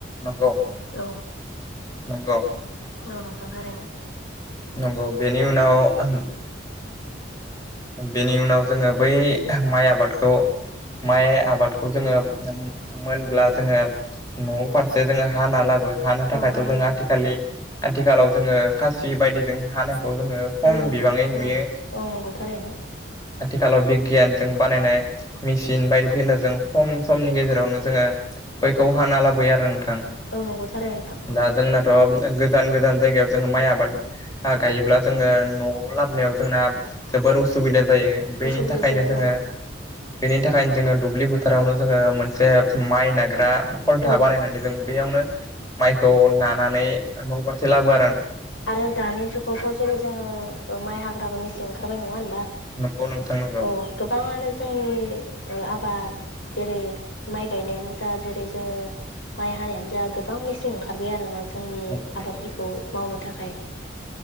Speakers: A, on the left (about 20°); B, on the left (about 80°).
A: नंगौ
B: औ
A: नंगौ
B: हन' नोंथां थारैनो।
A: नंगौ बेनि उनाव अम बेनि उनाव जोङो बै माइ आबादखौ माइ आबादखौ जोङो नोम मोनब्ला जोङो न फारसे जोङो हाना लाबो। हानो थाखायथ
B: औ हाना
A: जों
B: लाबो
A: आथिखालि आथिखालाव जोङो खास सि बायदिजों हानायखौ जोङो खम
B: औ नंगौ
A: बिबाङै
B: औ
A: नुयो।
B: औ नंगौ थारैनो
A: खालाव बिगियानजों बानायनाय मेचिन बायदिफोरनो जों खम समनि गेजेरावनो जोङो बैखौ हाना लाबोयो आरो नोंथां।
B: औ नंगौ थारैनो नोंथां
A: दा जोंना अ गोजान गोजान जायगायाव जोङो माइ आबाद ओ गायोब्ला जोङो न'आव लाबोनायाव जोंना जोबोर उसुबिदा जायो बेनि
B: असुबिदा
A: थाखायनो
B: जायो
A: जोङो
B: औ
A: बेनि थाखायनो जोङो दुब्लि फोथारावनो जोङो मोनसे माइ नाग्रा। खलथा
B: औ
A: बानायनानै जों बेयावनो माइखौ नानानै न फारसे लाबो आ
B: आरो दानि जुगावथ जेरै जोङो माइ हाग्राबो मेसें ओ ओंखारबाय नङा होनबा
A: नंगौ नोंथां नंगौ
B: औ गोबाङानो जोंनि ओ आबाद जेरै माइ गायनायानो जा जेरै जोङो माइ हानायानो जा गोबा बां मेसेन ओंखारबाय आरोना जोंनि
A: नंगौ नंगौ
B: आबादफोरखौ
A: नंगौ
B: मावनो थाखाय